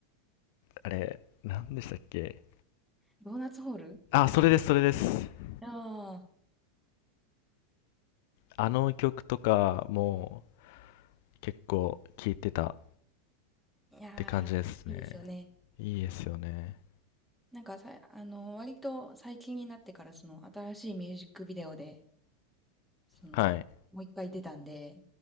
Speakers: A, on the left (about 60°); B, in the centre.
A: あれ、何でしたっけ
B: ドーナツホール
A: あ、それです、それです。
B: ああ
A: あの曲とかも結構聴いてた
B: ー、いやー、
A: って感じですね。
B: いいですよね。
A: いいですよね。
B: なんかさ、あの、割と最近になってから、その、新しいミュージックビデオで、その、
A: はい。
B: もう一回出たんで、